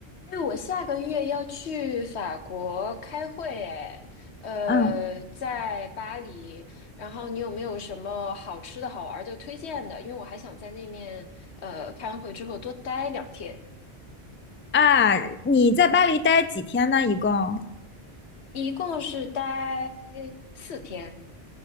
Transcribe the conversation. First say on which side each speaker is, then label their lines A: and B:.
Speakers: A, on the left; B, on the left.
A: 哎，我下个月要去法国开会，哎，呃，
B: 嗯
A: 在巴黎。然后你有没有什么好吃的好玩的推荐的？因为我还想在那面，呃，开完会之后多待两天，
B: 啊，你在巴黎待几天呢？一共？
A: 一共是待四天。